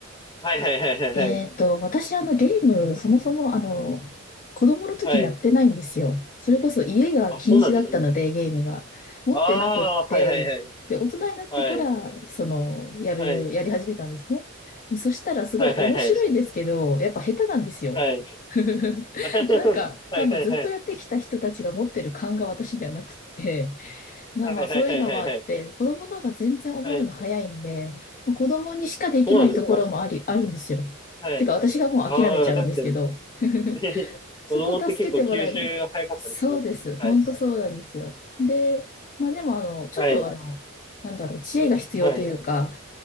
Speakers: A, on the left; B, on the left.
A: はいはいはいはいはい。
B: えっと、私、あの、ゲーム、そもそも、あの、子供の時やってないんですよ。
A: はい。
B: それこそ家が禁止だったので、
A: あ、そうなんですね。
B: ゲームが。持ってなくって、
A: ああ、はいはいはい。
B: で、大人になってから、
A: はい。
B: その、やる、
A: はい。
B: やり始めたんですね。そしたら、すごい面白いんですけど、
A: はいはいはい。
B: やっぱ下手なんですよ。
A: はい。
B: <laughs>
A: は
B: なんか、多分ずっとやってきた人たちが持ってる感が私ではなくって、
A: いはいはい。
B: まあまあ、
A: はいはいはいはいはい。
B: そういうのもあって、子供の方が全然覚えるの早いんで、
A: はい。
B: 子供にしかできないところもあり、
A: あ、そうなんですか
B: あるんですよ。
A: はい。
B: てか、私がもう諦めちゃうんですけど、
A: ああ、確かに。
B: <laughs>
A: <laughs>
B: そこを助けてもらえない。
A: 子供って結構吸収早かったりしますね。
B: そうです。
A: はい。
B: 本当そうなんですよ。で、まあでも、あの、ちょっとあの、
A: はい。
B: なんだろう、知恵が必要というか、
A: はい。